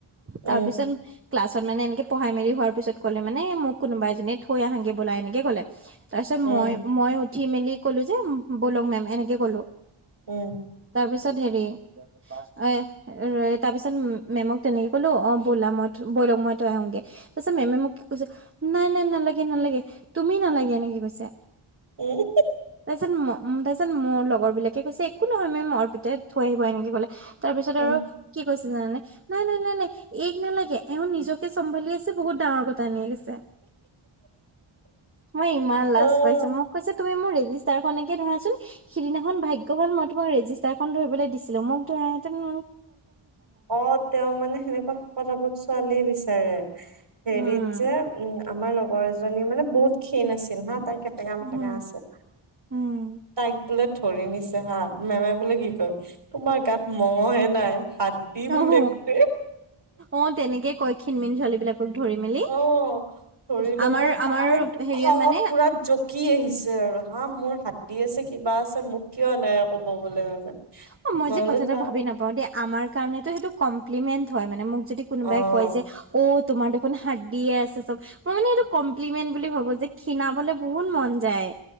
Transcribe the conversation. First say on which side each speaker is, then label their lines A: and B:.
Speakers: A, on the right; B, on the right.
A: উম,
B: তাৰপিছত- ক্লাছত মানে এনেকে পঢ়ায় মেলি হোৱাৰ পিছত ক'লে মানে মোক কোনোবা এজনীয়ে থৈ আহাগে বোলাই এনেকে কলে- তাৰ পিছত
A: উম,
B: মই মই উঠি মেলি কলো যে বলক মেম এনেকে কলো
A: উম!
B: তাৰপিছত হেৰি এ তাৰ পিছত মেমক তেনেকে ক'লো অ ব'লা মই বলক মইতো আহোগে। তাৰ পাছত মেমে মোক কি কৈছে নাই নাই নালাগে নালাগে তুমি নালাগে এনেকে কৈছে।
A: উম!
B: তাৰপিত ম তাৰপিত মোৰ লগৰ বিলাকে কৈছে একো নহয় মেম মৰ অৰপিতাই থৈ আহিব এনেকে কলে। তাৰপিছত
A: উম,
B: আৰু কি কৈছে জানে নাই নাই নাই নাই এক নালাগে এওঁ নিজকে চম্ভালি আছে বহুত ডাঙৰ কথানিয়ে গৈছে। মই ইমান
A: অ'।
B: লাজ পাইছো মোক কৈছে তুমি মোৰ ৰেজ- তাৰনেকে ধৰাচোন সিদিনাখন ভাগ্য ভাল মই তোমাৰ- ৰেজিষ্টাৰখন ধৰিবলৈ দিছিলো মোক ধৰাইহেতেন-
A: অ তেওঁ মানে সেনেকুৱা কৰা। ছোৱালী বিচাৰে হেৰিত
B: উম
A: যে উম- আমাৰ লগৰ এজনী মানে বহুত ক্ষীণ আছিল হাত- তাই কেটেঙা মেটেঙা
B: উম
A: আছিল
B: উম
A: তাইক বোলে- ধৰি নিছে হাত মেমে বোলে কি কয় তোমাৰ গাত মঙহে নাই। শাদি বোলে
B: অহ
A: গোটেই-
B: অ তেনেকে কয়ক্ষিণমিন ছোৱালী বিলাকক ধৰি মেলি-
A: অ'। ধৰি লব
B: আমাৰ আমাৰ
A: তাইটো
B: হেৰিয়ত
A: খঙত
B: মানে
A: পুৰা জকি আহিছে আৰু হা মোৰ হাত দি আছে কিবা আছে মোক কিয় নাই আ কব বোলে।
B: অ মই
A: বোলো
B: যে কথা
A: যা
B: ভাবি নাপাও দ আমাৰ কাৰণে সেইটো্ কম্পিলিমেন হয়। মোক যদি কোনোবাই
A: অ',
B: কয় যে অ তোমাৰ দেখোন হাৰ্ডি দিয়ে আছে চব মই মানে এইটো কম- কম্পমেট বুলি ভাবো যে খীণাবলে বহুত মন যায়।